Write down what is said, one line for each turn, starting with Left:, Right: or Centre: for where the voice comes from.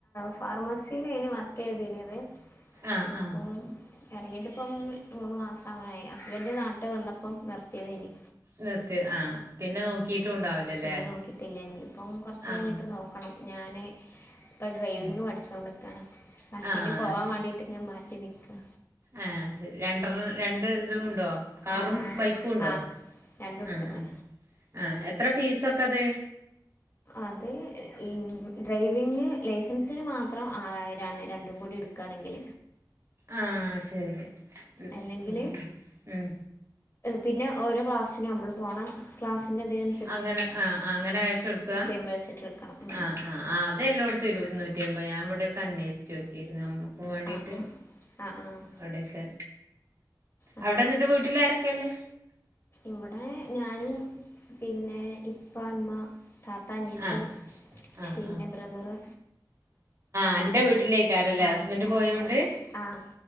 Left: ഫാർമസിൽ ഏനി വർക്ക് ചെയ്തിനത്
Right: ആ
Left: ഇപ്പം
Right: ആ
Left: ഇറങ്ങിട്ടിപ്പം മൂന്ന് മാസം ആവാനായി ഹസ്ബൻഡ് നാട്ട് വന്നപ്പം നിർത്തിയത് ഇനി
Right: നിർത്തിയ ആഹ് പിന്നെ നോക്കിട്ടും ഉണ്ടാവില്ലല്ലേ
Left: പിന്നെ നോക്കിയിട്ടില്ല ഇനിയിപ്പം കുറച്ച്
Right: ആഹ്
Left: കഴിഞ്ഞിട്ട് നോക്കണം ഞാന് ഇപ്പം ഡ്രൈവിങ്ങ്
Right: ആ
Left: പഠിച്ചോണ്ട് ക്കാണ് അപ്പനി
Right: ആഹ്
Left: പോവാൻ വേണ്ടിയിട്ട് ഞാൻ മാറ്റി നിക്ക
Right: ഏ ശരി രണ്ട രണ്ട് ഇതും ഉണ്ടോ കാറും
Left: ആഹ് ആഹ്
Right: ബൈക്കും ഉണ്ടോ
Left: ആഹ് രണ്ടും എടുക്കണ്ടേ
Right: ആഹ് ആഹ് എത്ര ഫീസൊക്കെ അത്
Left: അത് ഈ ഡ്രൈവിങ്ങ് ലൈസൻസിന് മാത്രം ആറായിരണ് രണ്ടും കൂടി എടുക്കും ക്കാണെങ്കിൽ
Right: ആഹ് ശരി ആഹ്
Left: അല്ലെങ്കില്
Right: ആഹ് ഉം
Left: പിന്നെ ഓരോ ക്ലാസ്സിനും നമ്മള് പോണം ക്ലാസ്സിന്റെ അധം
Right: അങ്ങനെ ആഹ് ആഹ് അങ്ങനെ വച്ച കൊടുക്ക
Left: അമ്പത് വെച്ചിട്ട് എടുക്കണം ഉം
Right: ആഹ്
Left: ഉം
Right: ആഹ് ആഹ് അത എല്ലോടടുത്ത് ഇരുന്നൂറ്റി അമ്പത് ഞാൻ ഇവിടെക്കെ അന്വേഷച്ച് നോക്കിയിരുന്നു അമ്മു വേണ്ടിട്ട്
Left: ആഹ് ആഹ് ആഹ് ആഹ്
Right: അവിടെയൊക്കെ
Left: അങ്ങനെ
Right: അവിടെ എന്നിട്ട് വീട്ടില ആരൊക്കെള്ളേ
Left: ഇവിടെ ഞാനും പിന്നെ ഇപ്പ ഇമ്മ താത്ത അനിയത്തി
Right: ആഹ് ആഹ്
Left: പിന്നെ ബ്രദറ്
Right: അന്റെ വീട്ടിലേക്കരല്ലേ
Left: ആഹ്
Right: ഹസ്ബൻഡ്
Left: ഞാൻ
Right: പോയോണ്ട്
Left: ഇപ്പോൾ ആഹ്